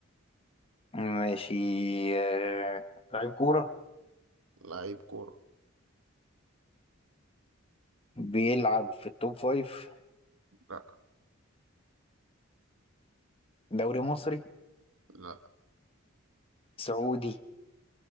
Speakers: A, on the left; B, on the right.
A: ماشي آه، لعيب كورة
B: لعيب كورة
A: بيلعب في التوب فايف
B: لا
A: دوري مصري
B: لا
A: سعودي